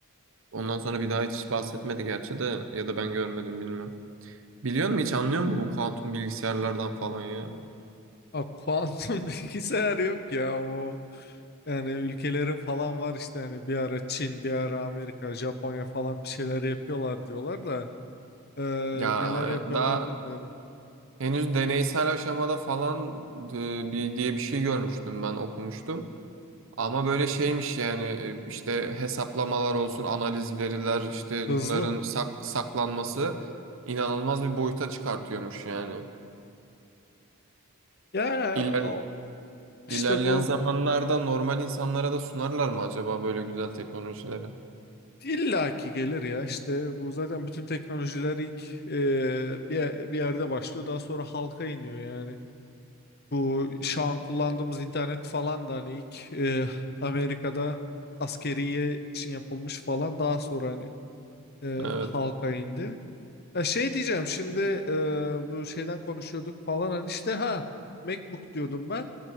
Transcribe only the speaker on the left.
A, kuantum <laughs> bilgisayar yok ya o. Yani ülkelerin falan var işte hani bir ara Çin, bir ara Amerika, Japonya falan bir şeyler yapıyorlar diyorlar da e,
neler yapıyorlar
bilmiyorum.
Hızlı.
Ya
o- işte
bu
illaki gelir ya işte bu zaten bütün teknolojiler ilk e, bir, bir yerde başlıyor daha sonra halka iniyor yani. Bu şu an kullandığımız internet falan da hani ilk e, Amerika'da askeriye için yapılmış falan daha sonra hani e,
halka indi. Ya şey diyeceğim şimdi e, bu şeyden konuşuyorduk falan hani işte ha MacBook diyordum ben.